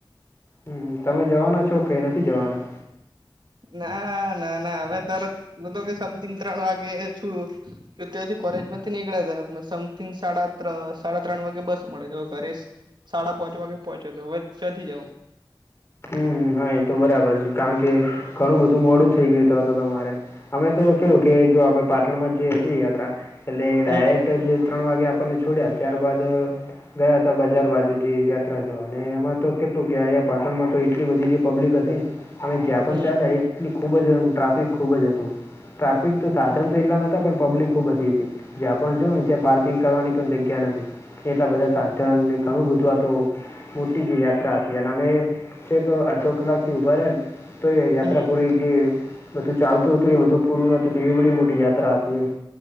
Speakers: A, on the left (about 30°); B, on the right (about 60°).
A: હમ તમે જવાના છો કે નથી જવાના?
B: ના ના ના હવે ત્યારે મતલબ કે સમથિંગ ત્રણ વાગે છું કે ત્યાંથી કોલેજમાંથી નીકળ્યા જ સમથિંગ સાડા સાડા ત્રણ વાગે બસ મળે તો ઘરે સાડા પાંચ વાગે પહોંચ્યો હતો હવે ચયથી જઉ.
A: હમ હમ હા એ તો બરાબર છે, કારણ કે ઘણું બધું મોડું થઇ ગયું તો હત તમારે. અમે તો કેવું કે જો આપે પાટણ માં જે હતી યાત્રા એટલે ડાયરેક્ટ
B: હમ
A: જે ત્રણ વાગે આપણને છોડ્યા ત્યારબાદ ગયા હતા બજાર બાજુથી યાત્રા જોવા અને એમાં તો કેટલું કે અહીયા પાટણમાં તો એટલી બધી જે પબ્લિક હતી અમે જ્યાં
B: હમ
A: પણ ચાલેયા એટલી ખૂબ જ ટ્રાફિક ખૂબ જ હતું. ટ્રાફિક તો સાધન એટલાતા પણ પબ્લિક ખુબ બધી હતી, જ્યાં પણ જો ને ત્યાં પાર્કિંગ કરવાની પણ જગ્યા નથી. એટલા બધા સાચ ઘણું બધું તો મોટી જે યાત્રા હતી અને અમે છે દ કલાક થી ઊભા રહ્યા તો યાત્રા
B: હમ
A: પૂરી બધું ચાલતું હતું એ બધું પૂરું નતું હતું એ બી મોટી યાત્રા હતી એમ.